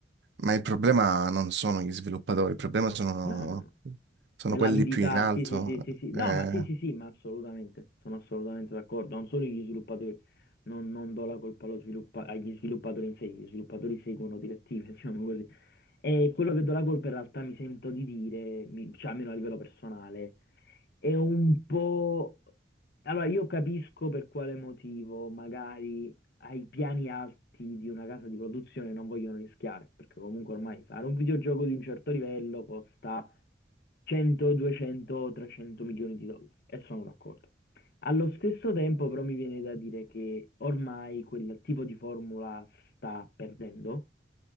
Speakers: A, on the right; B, on the left.
A: Ma il problema non sono gli sviluppatori, il problema sono,
B: No, no, no.
A: sono
B: È l'avidità,
A: quelli più in alto.
B: sì, sì, sì, sì, sì.
A: eh.
B: No, ma sì, sì, sì, ma assolutamente, sono assolutamente d'accordo. Non solo gli sviluppatori, non, non do la colpa allo sviluppa- agli sviluppatori in sé, gli sviluppatori seguono direttive, <laughs> diciamo così. E quello che do la colpa in realtà mi sento di dire, mi- cioè almeno a livello personale, è un po'... Allora, io capisco per quale motivo magari ai piani alti di una casa di produzione non vogliono rischiare, perché comunque ormai fare un videogioco di un certo livello costa 100, 200, 300 milioni di dollari e sono d'accordo. Allo stesso tempo però mi viene da dire che ormai quel tipo di formula sta perdendo,